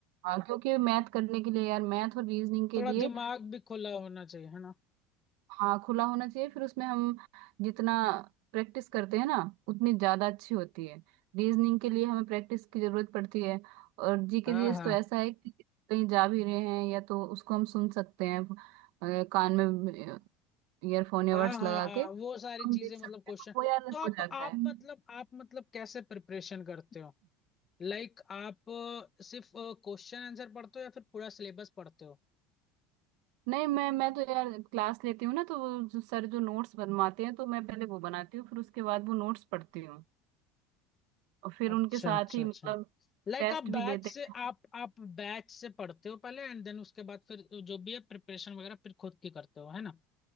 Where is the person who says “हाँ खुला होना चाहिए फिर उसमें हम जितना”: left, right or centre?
Right